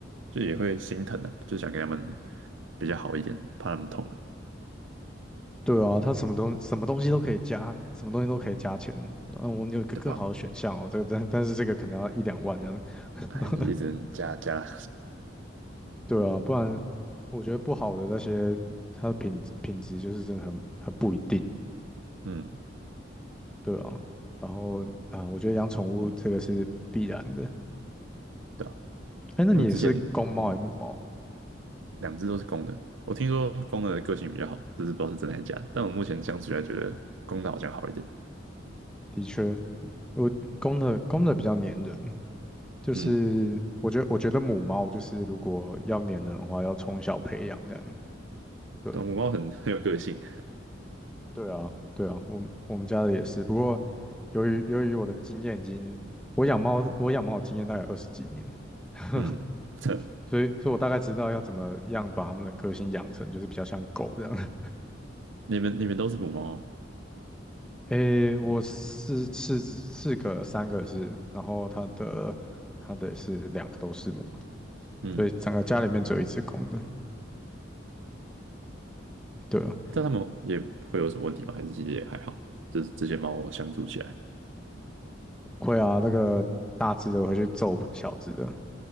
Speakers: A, on the right; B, in the centre.
A: 就也会心疼的、啊，就想给他们比较好一点，怕他们痛了，
B: 对啊，它什么东什么东西都可以加，什么东西都可以加钱，嗯，我们有一个更好的选项哦，
A: 对吧？
B: 这个但但是这个可能要一两万这样的，<laughs>
A: 还一直加加，
B: 对啊，不然我觉得不好的那些它的品质品质就是真的很很不一定，
A: <laughs> 嗯，
B: 对啊，然后啊，我觉得养宠物这个是必然的。
A: 对啊，
B: 哎，那你也是公猫还是母猫？
A: 因为我之前嗯两只都是公的，我听说公的个性比较好，这只是不知道是真还是假的。但我目前相处下来觉得公的好像好一点，
B: 的确，我公的公的比较粘人，就是我觉得我觉得母猫就是如果要粘人的话，
A: 嗯，
B: 要从小培养这样。对
A: 对啊，母猫很很有个性，
B: 对啊，对啊，我们我们家的也是，不过由于由于我的经验已经，我养猫我养猫的经验大概二十几年，<laughs>
A: 嗯，这
B: 所以所以我大概知道要怎么样把它们的个性养成，就是比较像狗这样。
A: 你们你们都是母猫啊，
B: 诶，我是是四个，三个是，然后它的它的也是两个都是母的，
A: 嗯，
B: 所以整个家里面只有一只公的。对啊，
A: 但他们也会有什么问题吗？还是其实也还好，就是这些猫相处起来
B: 会啊，那个大只的会去揍小只的，